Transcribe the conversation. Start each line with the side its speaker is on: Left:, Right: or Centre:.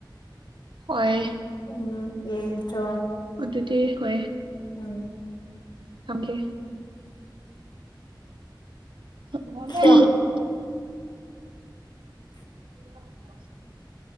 Right: ꯍꯣꯏ
Left: ꯎꯝ ꯑꯦ ꯆꯣ
Right: ꯑꯗꯨꯗꯤ ꯍꯣꯏ
Left: ꯎꯝ
Right: ꯊꯝꯒꯦ <inaudible>
Left: ꯁꯤꯌꯣꯔ
Right: <inaudible>